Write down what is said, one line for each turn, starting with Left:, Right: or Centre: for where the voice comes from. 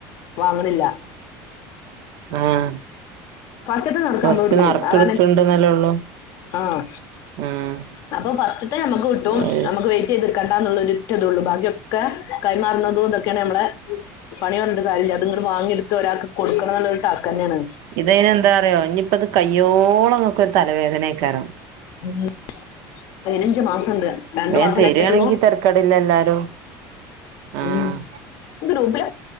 Left: വാങ്ങണില്ല
Right: ആഹ്
Left: ഫസ്റ്റിലത്തെ നറുക്ക്
Right: ഫസ്റ്റ്
Left: അമ്മളെടുക്കും
Right: നറുക്ക്
Left: അതാണ്
Right: ഇട്ക്ക്ണ്ട്ന്നല്ലേ ഒള്ളൂ
Left: ആഹ്
Right: ആഹ്
Left: അപ്പൊ ഫസ്റ്റ്ത്തെ നമ്മുക്ക് കിട്ടും
Right: അത്
Left: നമുക്ക്
Right: ശരി
Left: വെയിറ്റ് ചെയ്ത് നിക്കണ്ടാന്നുള്ള ഒരൊറ്റ ഇതേ ഒള്ളു ബാക്കിയൊക്കെ കൈമാറുന്നതു ഇതെക് ക്കണ് അമ്മളെ പണി പറഞ്ഞിട്ട് കാര്യല്ല. ഇത്ങ്ങട് വാങ്ങി എടുത്ത് ഒരാൾക്ക് കൊടുക്കണത് എന്നുള്ളത് ഒര് ടാസ്ക് തന്നെയാണ്
Right: ഇതയിന് എന്താ അറിയ്യോ ഇനിയിപ്പത് കയ്യോളം നിങ്ങക്കൊരു തലവേദനയെക്കാരം
Left: ഉം പതിനഞ്ച് മാസം ഉണ്ട് രണ്ടു
Right: വേം
Left: മാസവല്ലേ
Right: തരാണെങ്കി
Left: ആയിട്ടുള്ളു
Right: തരക്കേടില്ല എല്ലാരും ആഹ്
Left: ഉം ഗ്രൂപ്പില്